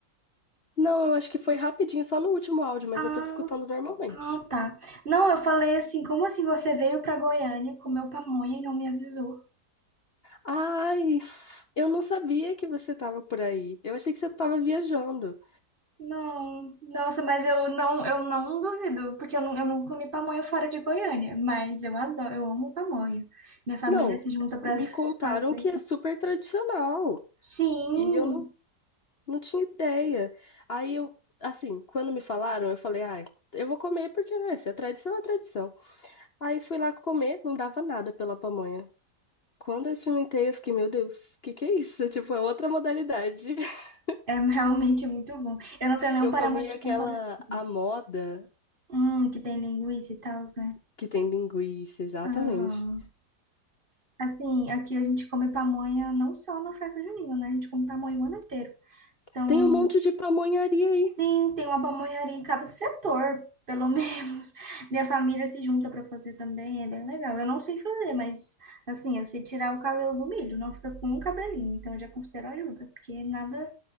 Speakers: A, on the left (about 45°); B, on the right (about 35°).
A: Não, eu acho que foi rapidinho, só no último áudio, mas
B: Ah,
A: eu tô te escutando normalmente.
B: Ah, tá. Não, eu falei assim, como assim você veio pra Goiânia, comeu pamonha e não me avisou?
A: Ai, eu não sabia que você tava por aí. Eu achei que você tava viajando.
B: Não, nossa, mas eu não, eu não duvido, porque eu não, eu não comi pamonha fora de Goiânia, mas eu adoro, eu amo pamonha. Minha família
A: Não,
B: se junta pra
A: me contaram
B: fazer.
A: que é super tradicional.
B: Sim,
A: E eu não Não tinha ideia. Aí eu, assim, quando me falaram, eu falei, ai, eu vou comer porque, né, se é tradição, é tradição. Aí fui lá comer, não dava nada pela pamonha. Quando eu experimentei, eu fiquei, meu Deus, o que que é isso? <laughs> Tipo, é outra modalidade. <laughs>
B: é <laughs> realmente muito bom. Eu não tenho nenhum
A: Eu
B: parâmetro
A: comi aquela,
B: de comparação.
A: a moda
B: Hum, que tem linguiça e tal, né?
A: que tem linguiça, exatamente.
B: Aham. Assim, aqui a gente come pamonha não só na festa junina, né? A gente come pamonha o ano inteiro. Então,
A: Tem um monte de pamonharia aí.
B: Sim, tem uma pamonharia em cada setor, pelo <laughs> menos. Minha família se junta para fazer também, é bem legal. Eu não sei fazer, mas assim, eu sei tirar o cabelo do milho, não fica com um cabelinho, então eu já considero ajuda, porque nada.